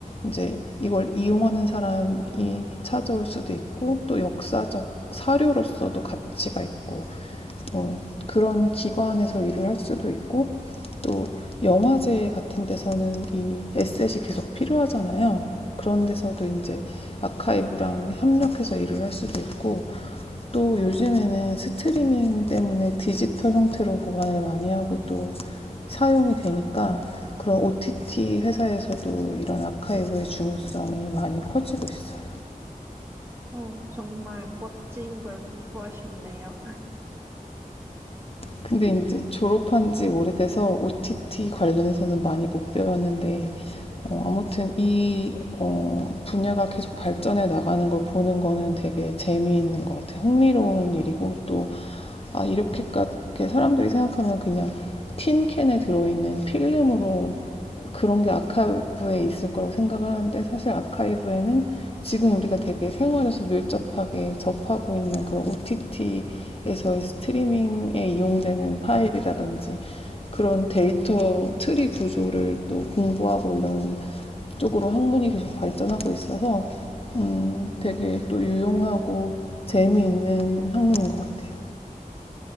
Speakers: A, on the left; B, on the right.
A: 이제 이걸 이용하는 사람이 찾아올 수도 있고 또 역사적 사료로서도 가치가 있고 어, 그런 기관에서 일을 할 수도 있고 또 영화제 같은 데서는 이 에셋이 계속 필요하잖아요. 그런 데서도 이제 아카이브랑 협력해서 일을 할 수도 있고 또 요즘에는 스트리밍 때문에 디지털 형태로 보관을 많이 하고 또 사용이 되니까 그런 OTT 회사에서도 이런 아카이브의 중요성이 많이 커지고 있어요.
B: 어, 정말 멋진 걸 공부하셨네요.
A: 근데 이제 졸업한 지 오래돼서 OTT 관련해서는 많이 못 배웠는데 어, 아무튼 이 어, 분야가 계속 발전해 나가는 걸 보는 거는 되게 재미있는 것 같아요. 흥미로운 일이고 또 아 이렇게까지 이렇게 사람들이 생각하면 그냥 틴캔에 들어있는 필름으로 그런 게 아카이브에 있을 거라고 생각을 하는데 사실 아카이브에는 지금 우리가 되게 생활에서 밀접하게 접하고 있는 그런 OTT에서의 스트리밍에 이용되는 파일이라든지 그런 데이터 트리 구조를 또 공부하고 이런 쪽으로 학문이 계속 발전하고 있어서 음, 되게 또 유용하고 재미있는 학문인 것 같아요.